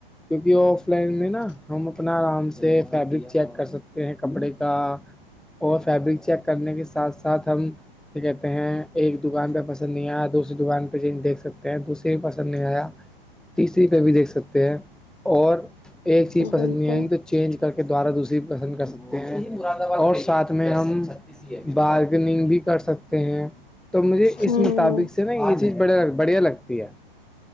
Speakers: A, in the centre; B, on the left.
A: کیونکہ آف لائن میں نا ہم اپنا آرام سے فیبرک چیک کر سکتے ہیں کپڑے کا اور فیبرک چیک کرنے کے ساتھ ساتھ ہم کیا کہتے ہیں ایک دکان پہ پسند نہیں آیا دوسری دکان پہ ج دیکھ سکتے ہیں دوسری بھی پسند نہیں آیا <unintelligible> تیسری پہ بھی دیکھ سکتے ہیں اور ایک چیز
B: بالکل
A: پسند نہیں
B: ہوں
A: آئے گ تو چینج کر کے دوارہ دوسری پسند کر سکتے ہیں اور ساتھ میں ہم بارگننگ بھی کر سکتے ہیں تو مجھے اس
B: ہوں
A: مطابق سے نا یہ چیز بڑ بڑھیا لگتی ہے